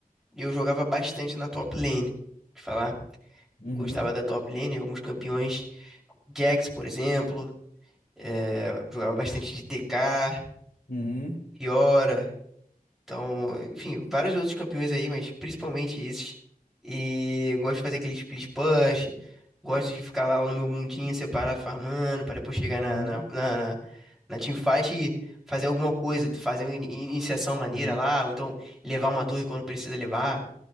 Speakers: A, in the centre; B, on the left.
A: eu jogava bastante na top lane. Te falar,
B: uhum,
A: gostava da top lane, alguns campeões, Jax, por exemplo, eh, jogava bastante de TK.
B: uhum,
A: Fiora, então, enfim, vários outros campeões aí, mas principalmente esses. E eu gosto de fazer aqueles split push, gosto de ficar lá no meu mundinho separado farmando, para depois chegar na,
B: uhum.
A: na, na, na, na teamfight e fazer alguma coisa, fazer uma in- iniciação maneira
B: uhum,
A: lá, ou então levar uma torre quando precisa levar.